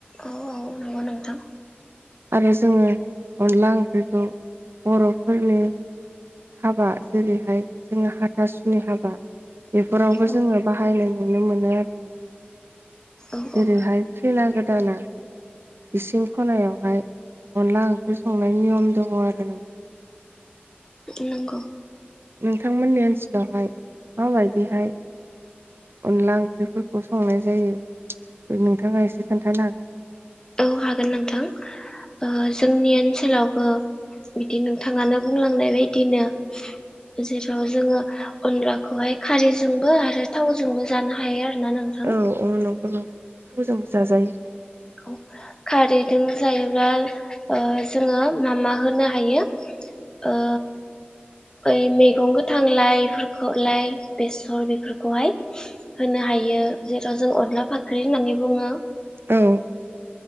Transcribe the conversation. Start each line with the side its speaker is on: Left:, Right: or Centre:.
Left: औ औ नंगौ नोंथां
Right: आरो जोङो अनला ओंख्रिखौ बरफोरनि हाबा जेरैहाय जोङो हाथासुनि हाबा बेफोरावबो
Left: औ
Right: जोङो बाहायनाय नुनो मोनो आरो नोंथां
Left: औ
Right: जेरैहाय
Left: औ
Right: खैना गोदाना इसिं खनायावहाय अनला ओंख्रि संनायनि नियम दङ आरो नोंथां
Left: नंगौ
Right: नोंथांमोननि ओनसोलावहाय माबायदिहाय अनला ओंख्रिफोरखौ संनाय जायो नोंथाङा एसे खोन्थानो हागोन
Left: औ हागोन नोंथां ओ जोंनि आ ओनसोलावबो बिदि नोंथाङानो बुंलांनाय बायदिनो जेराव जोङो अनलाखौहाय खारैजोंबो आरो थावजोंबो जानो हायो आरो ना नोंथां
Right: औ औ नंगौ <unintelligible> औ जाजायो
Left: औ खारैजों जायोब्ला ओ जोङो मा मा होनो हायो ओ ओइ मैगं गोथां लायफोरखौलाय बेसर बेफोरखौहाय होनो हायो। हायो जेराव जों अनला फाख्रि होननानै बुङो।
Right: औ